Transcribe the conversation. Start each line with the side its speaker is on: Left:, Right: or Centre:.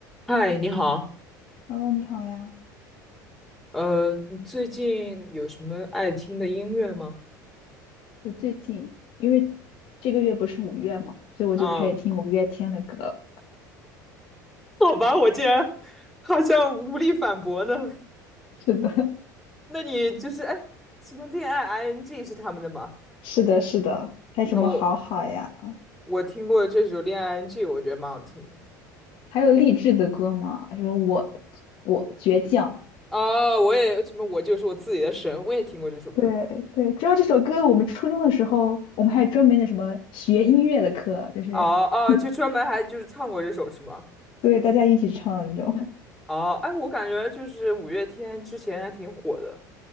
Centre: 嗨，你好，
Left: h e 你好呀。
Centre: 呃，你最近有什么爱听的音乐吗？
Left: 我最近因为这个月不是五月嘛，所以我就开始听五月天的歌。
Centre: 啊，好吧，我竟然好像无力反驳呢。
Left: 是的，
Centre: 那你就是哎，什么恋爱 ing 是他们的吗？
Left: <laughs> 是的，是的，还有什么好好呀？
Centre: 啊，我我听过这首恋爱 ing，我觉得蛮好听的。
Left: 还有励志的歌吗？什么我我倔强，
Centre: 哦，我也什么，我就是我自己的神，我也听过这首歌。
Left: 对对，主要这首歌，我们初中的时候，我们还有专门的什么学音乐的课，就是
Centre: 哦哦，
Left: <laughs>
Centre: 就专门还就是唱过这首是吗？
Left: 对大家一起唱的那种，
Centre: 哦，哎，我感觉就是五月天之前还挺火的。